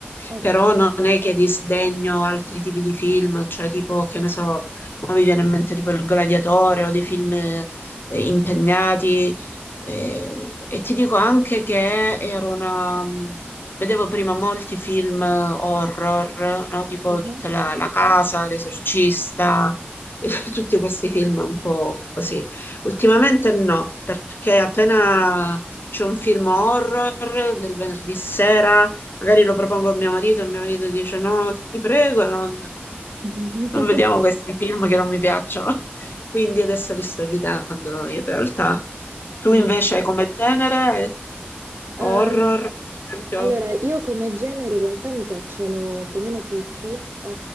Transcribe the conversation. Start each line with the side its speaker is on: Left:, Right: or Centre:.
Right: Ok.
Left: Però non è che disdegno altri tipi di film, cioè tipo, che ne so, mo mi viene in mente tipo Il Gladiatore o dei film, eh, impegnati e, e ti dico anche che ero una... mm, Vedevo prima molti film horror, no? Tipo
Right: Mhm.
Left: tutta la, la casa, L'Esorcista, eh, <laughs> tutti questi film un po' così. Ultimamente no, perché appena c'è un film horror del venerdì sera, magari lo propongo a mio marito e mio marito dice no, ti prego, non...
Right: <laughs>
Left: Non vediamo questi film che non mi piacciono, <laughs> quindi adesso li sto evitando in realtà. Tu
Right: Mm.
Left: invece come genere,
Right: Ehm,
Left: horror, per esempio?
Right: allora, io come generi in realtà mi piacciono più o meno tutti, Eh,